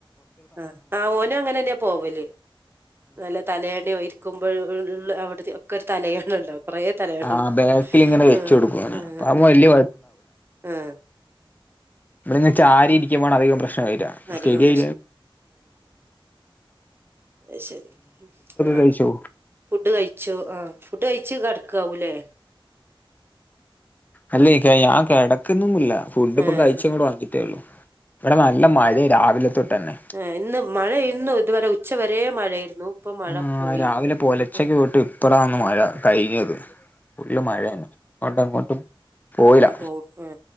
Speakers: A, on the right (about 25°); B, on the left (about 20°).
A: ആ ആ് ഓനും അങ്ങനെന്നെയ പോവലേ നല്ല തലേണ്ണ നക്കുമ്പോഴ അവിടുത്തെ ഒക്കെ ഒരു തലയണ്ണ ഉണ്ടും കൊറേ തരുണ്ട്
B: ആഹ് ബാക്കിൽ ഇങ്ങനെ വെച്ച്
A: ആ
B: കൊടുക്കും അങ്ങനെ
A: ആ
B: അപ്പ ആവുമ്പോ
A: ആ
B: വലിയ
A: ആഹ
B: ഇവിടെന്ന് ച്ചാരിക്കുമ്പോണ് അധികം പ്രശ്നം
A: അധികം
B: ശരി
A: അ ശരി ആ
B: കഴിച്ചോ
A: ഫുഡ് കഴിച്ചു ആഹ ഫുഡ് കഴിച്ചു കട ക്കാവുലേ
B: അല്ലെയ് ക്കാ ഞാൻ കെടക്കുന്നുന്നില്ല ഫുഡ്
A: ആഹ്
B: ഇപ്പം കയിച്ച്
A: ആഹ്
B: ഇങ്ങൊട് വന്നിട്ടേള്ളു ഇവിടെ നല്ല മഴയാ രാവിലെ തൊട്ടെന്നെ
A: ഏ ഇന്ന് മഴേന്നു ഇതുവരെ ഉച്ചവരേ മഴ യേരുന്നു ഇപ്പൊ മഴ
B: ആഹ്
A: പോയി
B: രാവിലെ പുലർച്ചക്ക്
A: ആ
B: തൊട്ട് ഇപ്പളാ മഴ കഴിഞ്ഞത് ഫുള്ള് മഴയാണ് അങ്ങോട്ടും ഇങ്ങോട്ടും പോയില്ല
A: ആ പോവും ആ